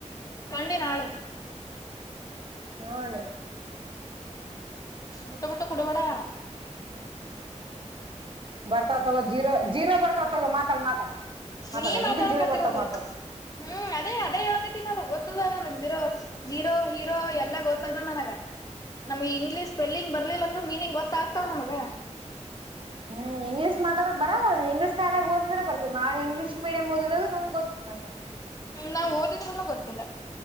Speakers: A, on the left; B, on the right.
A: ಕಂಡೀನನಾಳು
B: ನೋಡ ನೀ
A: ಮುಟ್ಟ ಮುಟ್ಟ ಕುಡಿಬಡೆೆಯಣ
B: ಬರ್ತಾವ ತಗೋ ಜೀರೋ ಜೀರೋ ಬರ್ತಾವ ತಗೋ ಮಾತಾಡ ಮಾತಾಡ್ ಮಾತಾಡ್
A: ನೀ
B: ಹೆಂಗ್
A: ಮಾತಾಡಕತ್ತರೋದು
B: ಬಿ ಜೀರೋ ಬರ್ತಾವ ಮಾತಾಡ್
A: ಹ್ಮ್ ಅದೇ ಅದೇ ಹೇಳೇಕತಿಿನದ ಗೊತ್ತದ ನನಗ ಜೀರೋ ಜೀರೋ ಹೀರೋ ಎಲ್ಲ ಗೊತ್ತದ ನನಗ ನಮ್ಗೆ ಇಂಗ್ಲೀಷ್ ಸ್ಪೆಲ್ಲಿಂಗ್ ಬರ್ಲಿಲ್ಲ ಅಂದ್ರರು ಮೀನಿಂಗ್ ಗೊತ್ತಾಗ್ತಾವ ನಮಗ
B: ಹ್ಮ್ ಇಂಗ್ಲೀಷ್ತಾಡಕ್ ಬರ ಇಂಗ್ಲಷ್ ಎಾಲಾಗ ಓದಿದ್ರೆ ಬರ್ತದ ನಾವ್ ಇಂಗ್ಲಷ ಮೀಡಿಯಂ ಓದಿದಾಗ ನಮ್ ಗೊತ್ತದ್ ನಮ್
A: ಹ್ಮ ನಾ್ ಓದಿದ್ರೂ ಗೊತ್ತಿಲ್ಲ